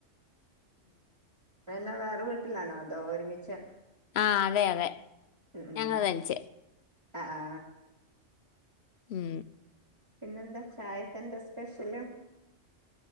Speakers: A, on the right; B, on the left.
A: പിന്നെ വേറെ- ടിലാണോ അതോ ഒരുമി
B: ആഹ് അതെ-അതെ
A: ഉം ഉം
B: ഞങ്ങൾ തനിച്ച്
A: ആ ആ
B: ഉം
A: പിന്നെന്താ ചായക്കെന്താ സ്പെഷ്യല്